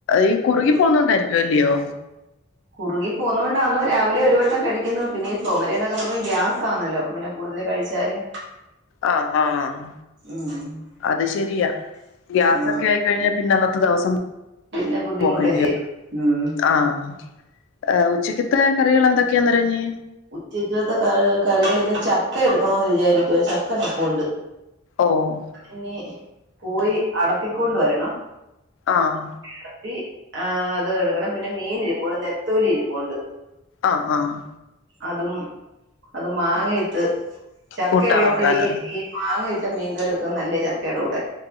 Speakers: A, on the left; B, on the right.
A: ഈ കുറുകി
B: ആരും
A: പോവുന്നോണ്ടായിരിക്കും അല്ലയോ
B: കുറുകി പോകുന്നോണ്ടാന്നോ രാവിലെ ഒരു വട്ടം കഴിക്കുന്നത് പിന്നെ ഈ തോമരയ എന്നൊക്കെ പറഞ്ഞ ഗ്യാസാന്നല്ലോ പിന്നെ കൂടുതൽ കഴിച്ചാല്
A: ആഹ് ആഹ്
B: ഉം
A: അത് ശരിയാ ഗ്യാസൊക്കെ
B: ആ
A: ആയിക്കഴിഞ്ഞാ പിന്നെ അന്നത്തെ ദിവസം
B: പിന്നെ ബുദ്ധിമുട്ടല്ലേ
A: പോക്കണ്ടോ
B: ഉം
A: ആഹ് ഉച്ചക്കത്തെ കറികൾ എന്തൊക്കെയാ അന്നേരം ഇഞ്ഞി
B: ഉച്ചക്കത്തെ കറികൾ ഇന്ന് ചക്ക എടുക്കണന്ന് വിചാരിക്കുവ ചക്ക നിപ്പുണ്ട്
A: ഓഹ്
B: ഇനി പോയി അടത്തിക്കൊണ്ട് വരണം
A: ആഹ്
B: അടത്തി ആഹ് അത് എടുക്കണം പിന്നെ മീൻ ഇരിപ്പ്ണ്ട് നെത്തോലി ഇരിപ്പ്ണ്ട്
A: ആഹ് ആഹ്
B: അതും അത് മാങ്ങയിട്ട് ചക്കയുള്ളപ്പഴി
A: കൂട്ടാൻ വെക്കാനോ
B: മാങ്ങയിട്ട് മീൻ കറി വക്കം നല്ല ചക്കയുടെ കൂടെ